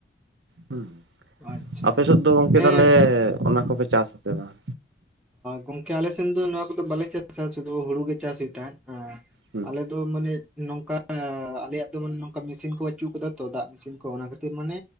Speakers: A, on the right; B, in the centre.
A: ᱦᱮᱸ
B: ᱟᱪᱪᱷᱟ
A: ᱟᱯᱮ ᱥᱮᱫ ᱫᱚ ᱜᱚᱝᱠᱮ
B: ᱦᱮᱸ
A: ᱛᱟᱦᱞᱮ ᱚᱱᱟ ᱠᱚᱯᱮ ᱪᱟᱥᱟᱥᱮ ᱠᱟᱝ
B: ᱜᱚᱝᱠᱮ ᱟᱞᱮ ᱥᱮᱱ ᱫᱚ ᱱᱚᱣᱟ ᱠᱚᱫᱚ ᱵᱟᱞᱮ ᱪᱟᱥᱟ ᱥᱩᱫᱩ ᱦᱩᱲᱩ ᱜᱮ ᱪᱟᱥ ᱦᱩᱭᱩᱜ ᱛᱟᱦᱮᱸᱫ
A: ᱦᱩᱸ
B: ᱟᱞᱮ ᱛᱚ ᱢᱟᱱᱮ ᱱᱚᱝᱠᱟ ᱟᱞᱮᱭᱟᱜ ᱫᱚ ᱢᱟᱱᱮ ᱱᱚᱝᱠᱟ ᱢᱮᱥᱤᱱ ᱠᱚ ᱠᱟᱹᱪᱩᱜ ᱟᱠᱟᱫᱟ ᱛᱚ ᱫᱟᱜ ᱢᱮᱥᱤᱱ ᱠᱚ ᱚᱱᱟ ᱠᱷᱟᱹᱛᱤᱨ ᱢᱟᱱᱮ